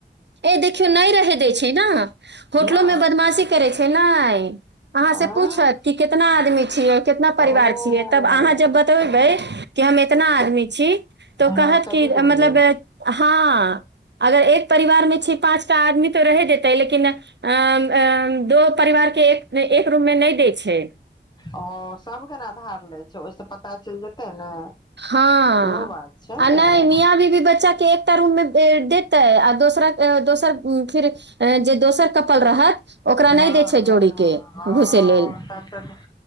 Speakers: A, on the right (about 70°); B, on the left (about 25°).
A: ए देखियौ नहि रहै दै छै ने। होटलोमे
B: ना
A: बदमाशी करै छै ने। अहाँ से
B: आंय
A: पूछत कि कितना आदमी छियै? कितना परिवार
B: ओ
A: छियै? तब अहाँ जब बतेबै कि हम एतना आदमी छी। तऽ
B: हँ
A: कहत
B: कद्दू
A: कि
B: के रूम
A: मतलब
B: लिय
A: हँ अगर एक। परिवार मे छै पाँचटा आदमी तऽ रह देतै लेकिन। आ आ दो परिवार के एक रूम मे नहि दै छै।
B: ओ सबके ने आधार लै छै ओहिस पता चलि जेतै ने?
A: हँ
B: इहो बात छै
A: आ नहि
B: ने
A: मिया बीवी बच्चा के एकटा रूम मे देतै आ दोसरा। अ दोसर फिर अ जे दोसर कप सुतल रहत। ओकरा
B: हँ
A: नहि दै छै जोड़ी के
B: ह
A: घुसे लेल
B: तब तऽ